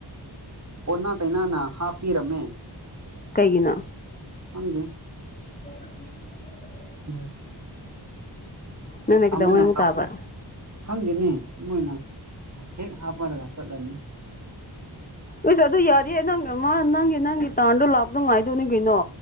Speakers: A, on the right; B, on the left.
A: ꯑꯣ ꯇꯅꯥꯅ ꯍꯥꯞꯄꯤꯔꯝꯃꯦ
B: ꯀꯩꯒꯤꯅ
A: ꯈꯪꯗꯣ
B: ꯑꯣ
A: ꯎ
B: ꯅꯪꯅ ꯀꯩꯗꯧꯉꯩ
A: ꯑꯃꯅꯦ
B: ꯑꯃꯨꯛ ꯇꯥꯕ
A: ꯈꯪꯗꯦꯅꯦ ꯃꯣꯏꯅ ꯍꯦꯛ ꯍꯥꯞꯄꯔꯒ ꯆꯠꯂꯅꯤ
B: ꯑꯩꯁ ꯑꯗꯨ ꯌꯥꯔꯤꯌꯦꯦ ꯅꯪ ꯃꯥ ꯅꯪꯒꯤ ꯅꯪꯒꯤ ꯇꯥꯟꯗꯣ ꯂꯥꯛꯇꯣ ꯉꯥꯏꯗꯧꯅꯤ ꯀꯩꯅꯣ